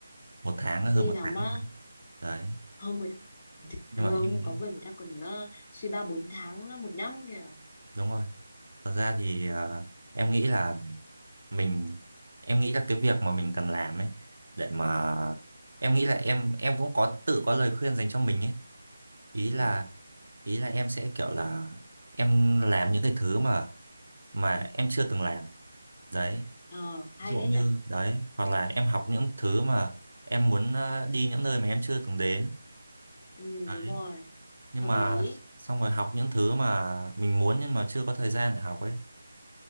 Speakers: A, on the right (about 60°); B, on the left (about 15°).
A: Một tháng, hơn
B: suy
A: một
B: lắm
A: tháng.
B: á
A: rồi. Đấy,
B: không người ta
A: nhưng
B: thường
A: mà em,
B: có người người ta còn ờ, suy ba bốn tháng ờ, một năm kìa
A: đúng rồi. Thật ra thì à, em nghĩ là mình, em nghĩ là cái việc mà mình cần làm ấy, để mà,
B: ừ,
A: em nghĩ là em em cũng có tự có lời khuyên dành cho mình ấy. Ý
B: ừ.
A: là, ý là em sẽ kiểu là, em làm những cái thứ mà, mà em chưa từng làm. Đấy,
B: ờ hay
A: ví dụ
B: đấy
A: như
B: nhở
A: đấy hoặc là em học những thứ mà em muốn ờ, đi những nơi mà em chưa từng đến
B: ừ,
A: đấy
B: đúng rồi
A: nhưng
B: hợp
A: mà
B: lý
A: xong rồi học những thứ mà mình muốn nhưng mà chưa có thời gian để học ấy